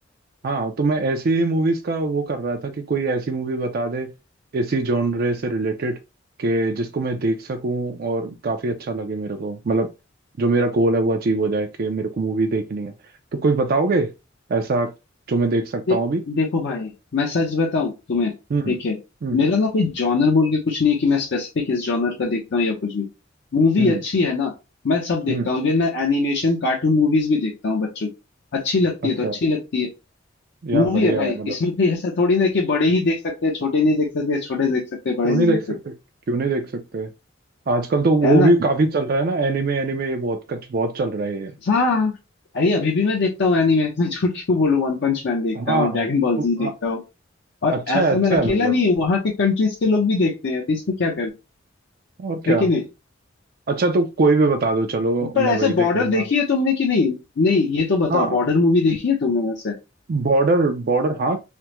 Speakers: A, on the right; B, on the left.
A: हाँ तो मैं ऐसी ही मूवीज का वो कर रहा था कि कोई ऐसी मूवी बता दे इसी जॉनरे से रिलेटेड कि जिसको मैं देख सकूं और काफी अच्छा लगे मेरे को मतलब जो मेरा गोल है वो अचीव हो जाए कि मेरे को मूवी देखनी है तो कोई बताओगे ऐसा जो मैं देख सकता
B: दे,
A: हूँ अभी
B: देखो भाई मैं सच बताऊं तुम्हें ठीक
A: हम्म
B: है
A: हम्म
B: मेरा ना कोई जॉनर बोल के कुछ नहीं है कि मैं स्पेसिफिक इस जॉनर का देखता हूँ या कुछ भी मूवी
A: हम्म
B: अच्छी है ना मैं सब देखता
A: हम्म
B: हूँ इवन मैं एनिमेशन कार्टून मूवीज भी देखता हूँ बच्चों की अच्छी लगती
A: अच्छा
B: है तो अच्छी
A: अच्छा
B: लगती है
A: यार
B: मूवी
A: बढ़िया
B: है भाई
A: है मतलब
B: इसमें कोई ऐसा थोड़ी ना कि बड़े ही देख सकते हैं छोटे नहीं देख सकते छोटे देख सकते हैं, बड़े
A: क्यों
B: नहीं
A: नहीं देख
B: देख
A: सकते
B: सकते
A: क्यों नहीं देख सकते आजकल तो वो
B: है ना
A: भी काफी चल रहा है ना एनिमे एनिमे ये बहुत कुछ बहुत चल रहा है ये
B: हाँ अरे अभी भी मैं देखता हूँ एनिमे मैं झूठ क्यों बोलूं वन पंच मैन देखता
A: हाँ
B: हूँ ड्रैगन
A: हाँ,
B: बॉल
A: तो
B: जी
A: अ-
B: देखता हूँ और
A: अच्छा
B: ऐसा
A: है अच्छा
B: मैं
A: है
B: अकेला
A: मतलब
B: नहीं हूँ वहां के कंट्रीज के लोग भी देखते हैं तो इसमें क्या
A: और क्या
B: है कि नहीं
A: अच्छा तो कोई भी बता दो चलो
B: पर
A: मैं
B: ऐसे
A: वही देख
B: बॉर्डर
A: लूंगा
B: देखी है तुमने कि नहीं नहीं ये तो बताओ
A: हाँ
B: बॉर्डर मूवी देखी है तुमने वैसे
A: बॉर्डर बॉर्डर हाँ